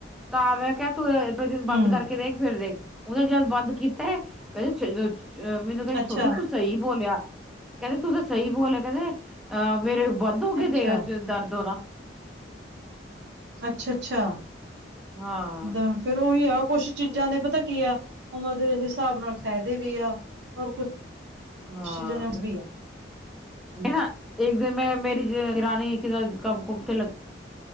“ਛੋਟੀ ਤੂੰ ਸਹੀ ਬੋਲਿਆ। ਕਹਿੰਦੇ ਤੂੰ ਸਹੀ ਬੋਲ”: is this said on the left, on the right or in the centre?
Centre